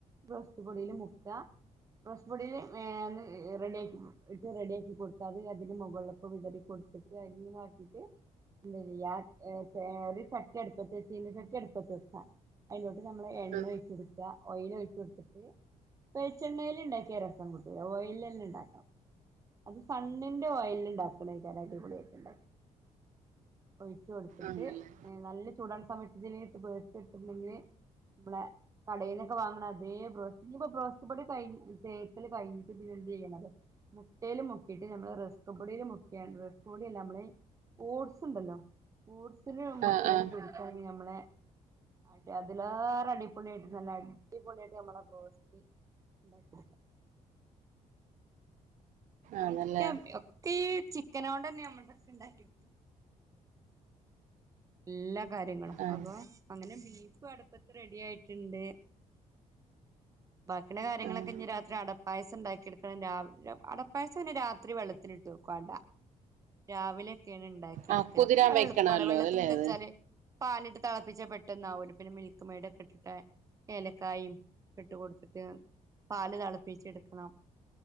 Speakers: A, on the right (about 25°); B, on the right (about 70°).
A: ബ്രോസ്റ്റ് പൊടിയില് മുക്കാ ബ്രോസ്റ്റ് പൊടിയില് <unintelligible> റെഡിയാക്കി ഇ ഇട്ട് റെഡിയാക്കി കൊടുത്താ അത് അതിന് മുകള് ക വിതറി കൊടുത്ത്ട്ട് അങ്ങന ആക്കീട്ട് ന്ത ചെയ്യാ ഏ ഏ ഒരു ചട്ടി അട്പ്പത്ത് വെച്ചീനച്ചട്ടി അടുപ്പത്ത് വെച്ച അയ്ലോട്ട് നമ്മള് എണ്ണ
B: ആ
A: വെച്ച കൊടുക്കുക ഓയിയില് ഒയ്ച്ച് കൊടുത്തിട്ട് വെച്ചെണ്ണയിൽ ഇണ്ടാക്കിയാ രസം കൂട്ടൂല ഓയിലിലെന്നെ ഇണ്ടാക്കണം. അത് സണ്ണിന്റെ ഓയില് ഇണ്ടാക്ണേകാരം അടിപൊളിയായ്റ്റ് ഇണ്ടാ ഒഴിച്ചു കൊടുത്ത്ട്ട്
B: ആണല്ലേ
A: ഹ്ഏ നല്ല ചൂടാണ സമയത്ത്ല് <unintelligible> ഇട്ത്ത്ട്ട് ല്ലങ്കില് ബളെ കടയിൽക്കെ വാങ്ങ്ണ അതേ ബ്രോസ്റ്റ് ഇനിപ്പോ ബ്രോസ്റ്റ് പൊടി കഴി തേക്കൽ കഴിഞ്ഞിട്ട് പിന്നെ എന്തുചെയ്യണത് മുട്ടേൽ മുക്കീട്ട് നമ്മള് റസക്പൊടിയിൽ മു എൻ റസ്‌ക് പെടിയില്ലമ്മളയ് ഓട്സ് ഇണ്ടല്ലോ ഓട്സില് ഞമ്മക്ക്ക്കാണ്ട്
B: ആ ആ
A: പൊ ആഞ്ഞി നമ്മളെ അടി അതിലേറെ അടിപൊളിയായിട്ട് നല്ല അടിപൊളിയായിട്ട് ഞമ്മളെബ്രോസ്റ്റ് <unintelligible> അങ്ങനെയൊക്കെ
B: ആണല്ലേ
A: ഒക്കെ ഈ ചിക്കനൊണ്ടന്നെ നമ്മൾക്കെ ഇണ്ടാകീക്ക്ണേ എല്ലാ കാര്യങ്ങളും
B: ആഹ്
A: അപ്പൊ അങ്ങനെ ബീഫോം അടുപ്പത്ത് റെഡി ആയിട്ട്ണ്ട്. ബാക്കിയുള്ള കാര്യങ്ങളൊക്കെ
B: ആഹ്
A: ഇഞി രാത്രി അടപ്പായസം ഇണ്ടാക്കിയെടുക്കണം രാവ് രാവ് അടപ്പായസം പിന്നെ രാത്രി വെള്ളത്തിൽ ഇട്ട് തുകൊണ്ട രാവിലെ കേണ് ഇണ്ടാക്കി
B: ആഹ്
A: ഇട്ക്കാരാ
B: കുതിരാൻ
A: പിന്നെ
B: വെക്കണമല്ലോ
A: എള്‌പ്പാണ് വെള്ളത്തിട്ട്
B: അതല്ലേ അത്
A: വെച്ചാല് പാല് ഇട്ട് തെളപ്പിച്ച് പെട്ടെന്നാവൊര് പിന്നെ മിൽക്ക് മെയ്ഡ് ഒക്കെ ഇട്ടിട്ട് ഏഹ് ഏലക്കായിം ഇട്ട്കൊടുത്തിട്ട് പാല് തെളപ്പിച്ച് എട്ക്കണം